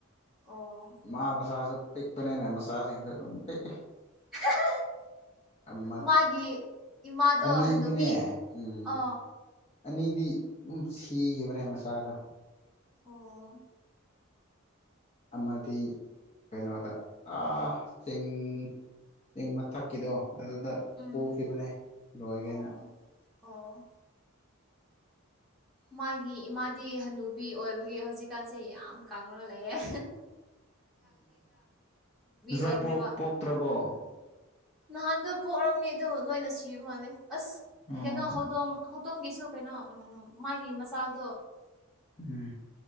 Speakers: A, in the centre; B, on the left (about 30°).
A: ꯑꯣ
B: ꯃꯥ ꯃꯁꯥꯁꯨ ꯄꯤꯛꯄꯅꯤꯅ ꯃꯆꯥꯁꯤꯡꯁꯨ ꯑꯗꯨꯝ ꯄꯤꯛꯑꯦ
A: <unintelligible>
B: ꯑꯃ
A: ꯃꯥꯒꯤ ꯏꯃꯥꯗꯣ
B: ꯑꯅꯤꯗꯤꯅꯦ
A: ꯍꯟꯅꯨꯕꯤ
B: ꯎꯝ
A: ꯑ
B: ꯑꯅꯤꯗꯤ ꯑꯗꯨꯝ ꯁꯤꯈꯤꯕꯅꯦ ꯃꯆꯥꯗꯣ
A: ꯑꯣ
B: ꯑꯃꯗꯤ ꯀꯩꯅꯣꯗ ꯑꯥ ꯆꯤꯡ ꯆꯤꯡ ꯃꯊꯛꯀꯤꯗꯣ ꯑꯗꯨꯗ
A: ꯎꯝ
B: ꯄꯨꯈꯤꯕꯅꯦ ꯂꯣꯏꯒꯦꯅ
A: ꯑꯣ ꯑꯣ ꯃꯥꯒꯤ ꯏꯃꯥꯗꯤ ꯍꯟꯅꯨꯕꯤ ꯑꯣꯏꯕꯒꯤ ꯍꯧꯖꯤꯛꯀꯥꯟꯁꯦ ꯌꯥꯝ ꯀꯪꯉꯥꯒ ꯂꯩꯑꯦ
B: ꯃꯆꯥ
A: ꯑꯣꯟꯈ꯭ꯔꯦꯕ
B: ꯄꯣꯛ ꯄꯣꯛꯄꯇ꯭ꯔꯕꯣ
A: ꯅꯍꯥꯟꯗꯣ ꯄꯣꯛꯑꯝꯃꯦ ꯑꯗꯣ ꯂꯣꯏꯅ ꯁꯤꯕꯥ ꯃꯥꯜꯂꯦ ꯑꯁ
B: ꯑꯣ
A: ꯀꯩꯅꯣ ꯍꯧꯗꯣꯡ ꯑꯗꯣꯝꯒꯤꯁꯨ ꯀꯩꯅꯣ ꯃꯥꯒꯤ ꯃꯆꯥꯗꯣ
B: ꯎꯝ